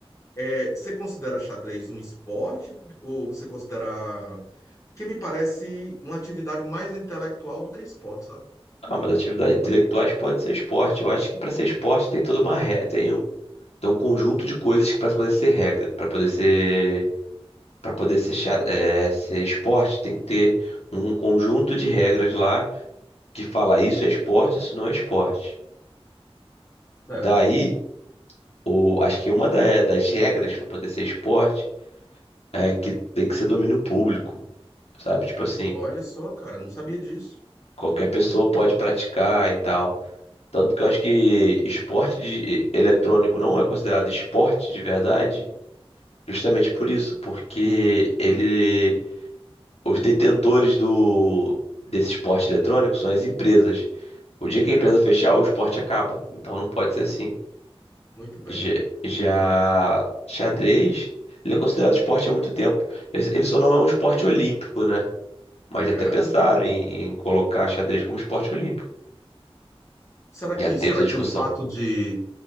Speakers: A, on the left; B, on the left.
A: É, você considera xadrez um esporte ou você considera... Porque me parece uma atividade mais intelectual do que esporte, sabe?
B: Ah, mas atividades intelectuais podem ser esporte. Eu acho que pra ser esporte tem toda uma regra, tem um, tem um conjunto de coisas que pra poder ser regra, Pra poder ser para poder ser, cha- é, ser esporte, tem que ter um conjunto de regras lá que fala isso é esporte, isso não é esporte.
A: Certo.
B: Daí, o, acho que uma da- das regras pra poder ser esporte é que tem que ser domínio público, sabe? Tipo assim,
A: Olha só, cara, não sabia disso.
B: qualquer pessoa pode praticar e tal. Tanto que eu acho que esporte de- eletrônico não é considerado esporte de verdade, justamente por isso, porque ele, os detentores do desse esporte eletrônico são as empresas. O dia que
A: É,
B: a empresa fechar, o esporte acaba. Então não pode ser assim.
A: muito bem,
B: Já, já
A: muito bem.
B: xadrez, ele é considerado esporte há muito tempo. Ele ele só não é um esporte olímpico, né? Mas já
A: É.
B: até pensaram em, em colocar xadrez como esporte olímpico.
A: Será
B: Já
A: que,
B: teve
A: será
B: essa discussão.
A: que o fato de